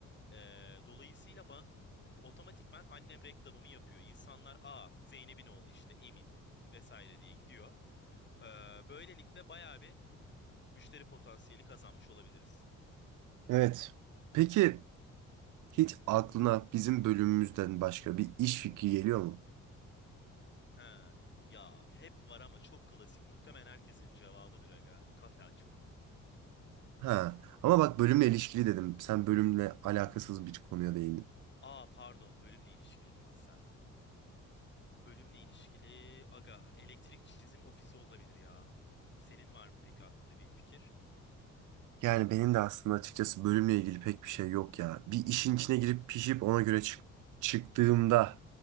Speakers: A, on the left (about 35°); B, on the right (about 80°).
A: Ee, dolayısıyla ba- otomatikman annem reklamımı yapıyor. İnsanlar aa Zeynep'in oğlu işte Emin vesaire diye gidiyor. Ee, böylelikle bayağı bir müşteri potansiyeli kazanmış olabiliriz.
B: Evet. Peki hiç aklına bizim bölümümüzden başka bir iş fikri geliyor mu?
A: Ha, ya hep var ama çok klasik. Muhtemelen herkesin cevabıdır aga. Kafe açmak.
B: Ha. Ama bak bölümle ilişkili dedim. Sen bölümle alakasız bir konuya değindin.
A: Aa pardon bölümle ilişkili dedin sen. Bölümle ilişkili aga elektrik çizim ofisi olabilir ya. Senin var mı peki hakkında bir fikir?
B: Yani benim de aslında açıkçası bölümle ilgili pek bir şey yok ya. Bir işin içine girip pişip ona göre çık çıktığımda